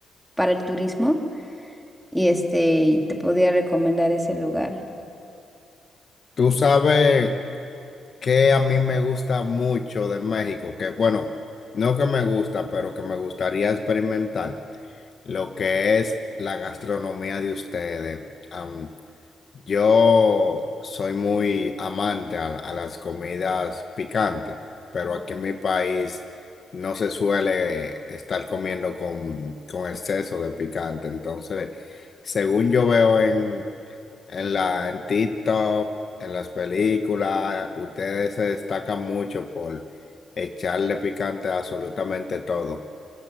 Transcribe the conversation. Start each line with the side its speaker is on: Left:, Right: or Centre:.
Centre: para el turismo. Y este, y te podría recomendar ese lugar.
Left: Tú sabes que a mí me gusta mucho de México, que bueno, no que me gusta, pero que me gustaría experimentar lo que es la gastronomía de ustedes. Am, yo soy muy amante a, la- a las comidas picantes, pero aquí en mi país no se suele estar comiendo con, con exceso de picante. Entonces, según yo veo en la, en TikTok, en las películas, ustedes se destacan mucho por echarle picante a absolutamente todo.